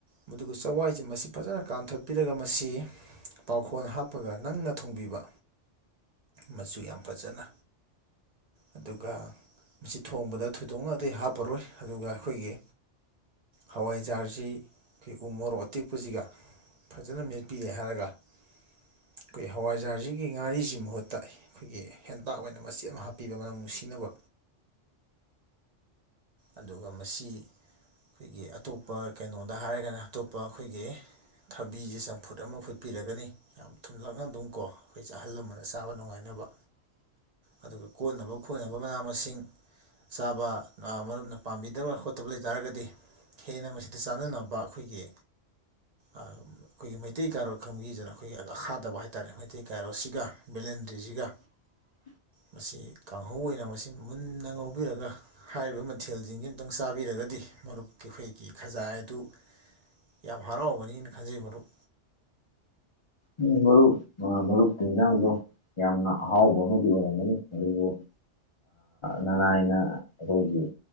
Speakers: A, on the right; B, on the left.
A: ꯃꯗꯨ ꯆꯋꯥꯏꯁꯤ ꯃꯁꯤ ꯐꯖꯅ ꯀꯥꯝꯊꯠꯄꯤꯔꯒ ꯃꯁꯤ ꯄꯥꯎꯈꯣꯟ ꯍꯥꯞꯄꯒ ꯅꯪꯅ ꯊꯣꯡꯕꯤꯕ ꯃꯆꯨ ꯌꯥꯝ ꯐꯖꯅ ꯑꯗꯨꯒ ꯃꯁꯤ ꯊꯣꯡꯕꯗ ꯊꯣꯏꯗꯣꯛꯅꯇꯩ ꯍꯥꯞꯄꯔꯣꯏ ꯑꯗꯨꯒ ꯑꯩꯈꯣꯏꯒꯤ ꯍꯋꯥꯏꯖꯥꯔꯁꯤ ꯑꯩꯈꯣꯏ ꯎ ꯃꯣꯔꯣꯛ ꯑꯇꯦꯛꯄꯁꯤꯒ ꯐꯖꯅ ꯃꯦꯠꯄꯤꯔꯦ ꯍꯥꯏꯔꯒ ꯑꯩꯈꯣꯏ ꯍꯋꯥꯏꯖꯥꯔꯁꯤꯒꯤ ꯉꯥꯔꯤꯁꯤꯃꯨꯛ ꯃꯍꯨꯠꯇ ꯑꯩꯈꯣꯏꯒꯤ ꯍꯦꯟꯇꯥꯛ ꯑꯣꯏꯅ ꯃꯆꯦꯠ ꯑꯃ ꯍꯥꯞꯄꯤꯕ ꯃ ꯅꯨꯡꯁꯤꯅꯕ ꯑꯗꯨꯒ ꯃꯁꯤ ꯑꯩꯈꯣꯏꯒꯤ ꯑꯇꯣꯞꯄ ꯀꯩꯅꯣꯗ ꯍꯥꯏꯔꯒꯅ ꯑꯇꯣꯞꯄ ꯑꯩꯈꯣꯏꯒꯤ ꯊꯕꯤꯁꯦ ꯆꯝꯐꯨꯠ ꯑꯃ ꯐꯨꯠꯄꯤꯔꯒꯅꯤ ꯌꯥꯝ ꯊꯨꯝꯂꯛꯅ ꯑꯗꯨꯝ ꯀꯣ ꯑꯩꯈꯣꯏꯁ ꯑꯍꯜ ꯂꯃꯟꯅ ꯆꯥꯕ ꯅꯨꯡꯉꯥꯏꯅꯕ
B: <inaudible>
A: ꯑꯗꯨꯒ ꯀꯣꯠꯅꯕ ꯈꯣꯠꯅꯕ ꯃꯅꯥ ꯃꯁꯤꯡ ꯆꯥꯕ ꯃꯔꯨꯞꯅ ꯄꯥꯝꯕꯤꯗꯕ ꯈꯣꯠꯇꯕ ꯂꯩ ꯇꯥꯔꯒꯗꯤ ꯍꯦꯟꯅ ꯃꯁꯤꯗ ꯆꯥꯟꯅꯅꯕ ꯑꯩꯈꯣꯏꯒꯤ ꯑꯩꯈꯣꯏꯒꯤ ꯃꯩꯇꯩ ꯀꯥꯔꯣ ꯈꯪꯕꯤꯗꯅ ꯑꯩꯈꯣꯏꯒꯤꯈꯥꯗꯕ ꯍꯥꯏꯇꯥꯥꯔꯦ ꯃꯩꯇꯩ ꯀꯥꯔꯣꯁꯤꯒ ꯕꯦꯂꯦꯛ ꯑꯦꯟꯗ꯭ꯔꯤꯁꯤꯒ
B: <inaudible>
A: ꯃꯁꯤ ꯀꯥꯡꯍꯧ ꯑꯣꯏꯅ ꯃꯁꯤ ꯃꯨꯟꯅ ꯉꯧꯕꯤꯔꯒ ꯍꯥꯏꯔꯤꯕ ꯃꯊꯦꯜꯁꯤꯡꯁꯤ ꯑꯃꯨꯇꯪ ꯆꯥꯕꯤꯔꯒꯗꯤ ꯃꯔꯨꯞꯀꯤ ꯑꯩꯈꯣꯏꯒꯤ ꯈꯖꯥꯏ ꯑꯗꯨ ꯌꯥꯝ ꯍꯔꯥꯎꯕꯅꯤꯅ ꯈꯟꯖꯩ ꯃꯔꯨꯞ
B: ꯎꯝ ꯃꯔꯔꯨꯞ ꯑ ꯃꯔꯨꯞꯇ ꯔꯥꯡꯗꯣ ꯌꯥꯝꯅ ꯍꯥꯎ ꯅꯗꯤ ꯋꯥꯅꯤꯕꯨ ꯅꯅꯥ ꯑꯅ ꯑꯩꯈꯣꯏꯒꯤ